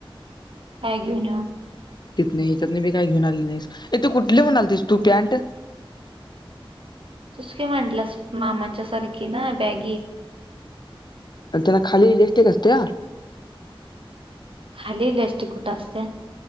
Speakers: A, on the right (about 70°); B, on the left (about 50°).
A: काय घेऊन
B: तिथ नाही ह्याच्यात नाही बी काही घेऊ आले नाहीस इथे कुठली म्हऊ आली तस तू पॅन्ट
A: तस काय म्हटलंस मामांच्या सारखी ना बॅगी
B: त्याला खाली इंलेक्टिक असते
A: खाली लस्टी कुठं असते